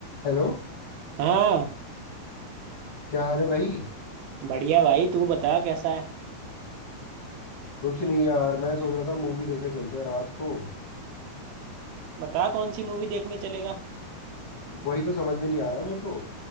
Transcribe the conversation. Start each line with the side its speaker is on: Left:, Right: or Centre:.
Left: Hello
Right: हाँ
Left: क्या हाल है भाई
Right: बढ़िया भाई तू बता कैसा है
Left: कुछ नहीं यार मैं सोच रहा था मूवी देखने चलते हैं रात को
Right: बता कौन सी मूवी देखने चलेगा
Left: वही तो समझ में नहीं आ रहा है मेरे को